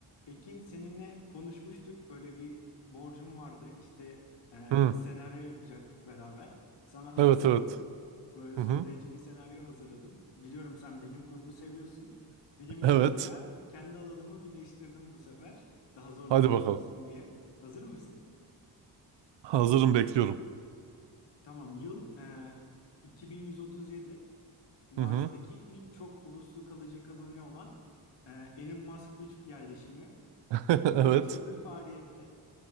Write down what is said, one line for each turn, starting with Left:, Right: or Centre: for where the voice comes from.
Left: Ekin seninle konuşmuştuk. Böyle bir borcum vardı. İşte e,
Right: Hı.
Left: senaryo yapacaktık beraber. Sana hazırladım.
Right: Evet evet.
Left: Böyle zorlayıcı
Right: Hı hı.
Left: bir senaryo hazırladım. Biliyorum sen bilim kurgu seviyorsun. Bilim
Right: Evet.
Left: kurguyla kendi alanımı birleştirdim bu sefer. Daha zorlayıcı
Right: Hadi bakalım.
Left: olsun diye. Hazır mısın?
Right: Hazırım bekliyorum.
Left: Tamam. Yıl e, 2137. Mars'taki
Right: Hı hı.
Left: ilk çok uluslu kalıcı koloni olan e, Elon Musk 3 yerleşimi
Right: <laughs> Evet.
Left: 4 yıldır faaliyette.